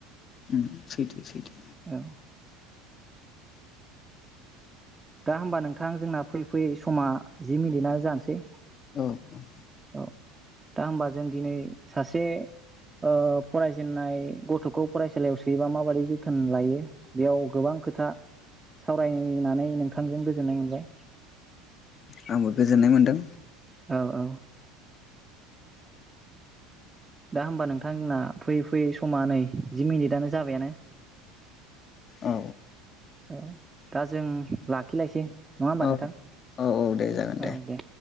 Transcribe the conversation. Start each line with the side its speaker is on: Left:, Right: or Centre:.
Left: उम सैथो सैथो।
Right: औ दा होमबा नोंथां जोंना फैयै फैयै समा जि मिनिटानो जानोसै।
Left: औ औ।
Right: औ दा होमबा जों दिनै सासे ओ फरायजेननाय गथ'खौ फरायसालियाव सोयोबा माबायदि जोथोन लायो बेयाव गोबां खोथा सावरायनानै नोंथां थांजों गोजोननाय मोनबाय।
Left: आंबो गोजोननाय मोन्दों।
Right: औ औ। दा होमबा नोंथां जोंना फैयै फैयै समा नै जि मिनिटानो जाबायानो
Left: औ
Right: औ दा जों लाखिलायसै। नङा होमबा
Left: औ
Right: नोंथां।
Left: औ औ दे जागोन
Right: औ दे।